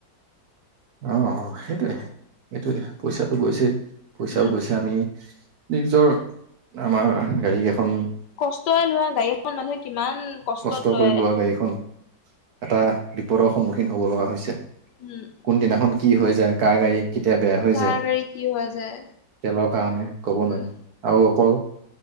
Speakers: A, on the right; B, on the left.
A: অ' অ'! সেইটোৱে-সেইটোৱে,
B: উম
A: পইচাটো গৈছে, পইচাও
B: উম
A: গৈছে। আমি, নিজৰ, আমাৰ গাড়ী এখন
B: কষ্টৰে লোৱা গাড়ীখন, মানুহে কিমান কষ্টত
A: কষ্ট
B: লয়
A: কৰি লোৱা গাড়ীখন, এটা বিপদৰ সন্মুখীন হ'ব লগা হৈছে।
B: উম
A: কোনদিনাখন কি হৈ যায়, কাৰ গাড়ী! কেতিয়া বেয়া হৈ
B: কাৰ
A: যায়!
B: গাড়ী কি হৈ যায়
A: তেলৰ কাৰণে, ক'ব
B: উম
A: নোৱাৰি। আৰু অকল,